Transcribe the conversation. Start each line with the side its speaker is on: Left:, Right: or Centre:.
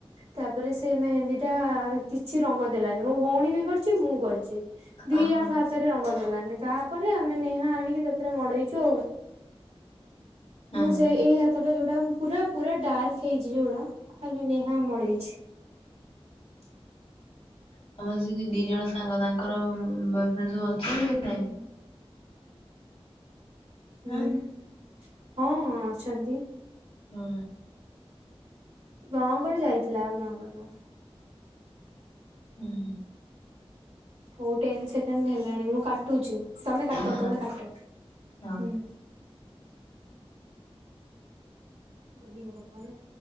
Right: ତାପରେ ସେଇ ମେହେନ୍ଦୀଟା କିଛି ରଙ୍ଗ ଦେଲାନି ମୁଁ ଭଉଣୀ ବି କରିଛି ମୁଁ କରିଛି ଦି
Left: ଓହୋ
Right: ଜଣକ ହାତ ସେଠି ରଙ୍ଗ ଦେଲାନି ତାପରେ ଆମେ ନେହା ଆଣିକି ତାଥିରେ ମଡେଇଛୁ ଆଉ
Left: ହଁ
Right: ମୁଁ ସେ ଏଇ ହାତଟା ଯୋଉଟା ପୁରା ପୁରା ଡାର୍କ ହେଇଛି ଯୋଉଟା ଖାଲି ନେହା ମଡେଇଛି। <inaudible>
Left: ତମର ସେ ଦି ଜଣ ସାଙ୍ଗ ତାଙ୍କର ବୟଫ୍ରେଣ୍ଡ ସବୁ ଅଛନ୍ତି ନାଇଁ?
Right: ହୁଁ
Left: ହଁ
Right: ହଁ ଅଛନ୍ତି।
Left: ହୁଁ।
Right: ଜଣଙ୍କର ଯାଇଥିଲା ଆଉ ଜଣଙ୍କର ନୁହଁ।
Left: ହୁଁ ହୁଁ।
Right: ହଉ ଟେନ ସେକେଣ୍ଡ ହେଲାଣି ମୁଁ କାଟୁଛି? ତମେ କାଟ
Left: ହଁ ହଁ
Right: ତମେ କାଟ ହୁଁ।
Left: ହଁ।
Right: ଅଦିନିଆ କଥା ଗୁଡ଼ା।